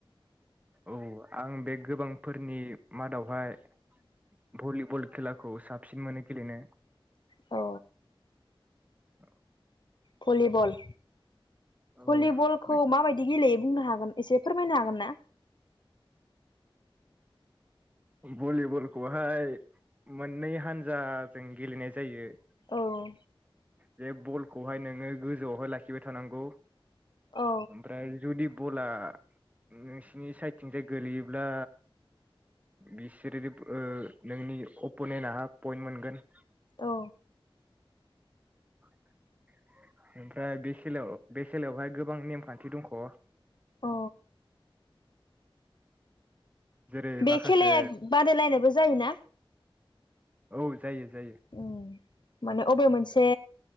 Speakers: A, on the right (about 15°); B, on the left (about 55°).
A: औ आं बे गोबांफोरनि मादावहाय भलिबल खेला खौ साबसिन मोनो गेलेनो
B: अ
A: <inaudible>
B: भलिबल
A: औ
B: भलिबलखौ माबायदि गेलेयो? बुंनो हागोन एसे फोरमायनो हागोन ना?
A: भलिबलखौहाय मोननै हान्जाजों गेलेनाय जायो।
B: औ औ
A: बे बलखौहाय नोंङो गोजौआवहाय लाखिबाय थानांगौ।
B: औ
A: ओमफ्राय जुदि बला नोंसिनि साइदथिंजाय गोलैयो ब्ला बिसोरो ओ नोंनि अप'नेेन्ट पइन्ट मोनगोन।
B: औ
A: <inaudible> ओमफ्राय बे खेलायाव बे खेलायावहाय गोबां नेमखान्थि दंख'
B: अ
A: जेरै
B: बे
A: माखासे
B: खेलाया बादायलायनायबो जायोना?
A: औ जायो जायो
B: औ माने अबे मोनसे